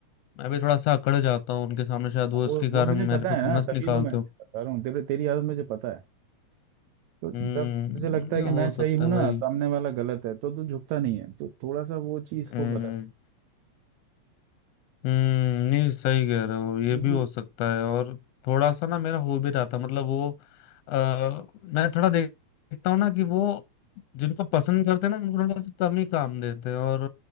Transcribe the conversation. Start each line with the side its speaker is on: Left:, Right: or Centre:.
Left: मैं भी थोड़ा सा अकड़ जाता हूँ उनके सामने शायद वो
Right: वो
Left: इसके कारण
Right: वो मुझे
Left: मेरे
Right: पता
Left: पे
Right: है
Left: खुन्नस
Right: ना तभी
Left: निकालते
Right: तो मैं
Left: हो
Right: बता रहा हूँ तेरे तेरी आदत मुझे पता है तो जब
Left: हम्म
Right: तुझे लगता
Left: नहीं
Right: है कि मैं
Left: हो
Right: सही
Left: सकता
Right: हूं
Left: है
Right: ना
Left: भाई
Right: सामने वाला गलत है तो तू झुकता नहीं है तो थोड़ा सा वो चीज को
Left: हम्म
Right: बदल
Left: हम्म नहीं सही कह रहे हो ये
Right: क्योंकि
Left: भी हो सकता है और थोड़ा सा ना मेरा हो भी रहा था मतलब वो आ, मैं थोड़ा देख- देखता हूँ ना कि वो जिनको पसंद करते हैं ना उनको थोड़ा सा कम ही काम देते हैं और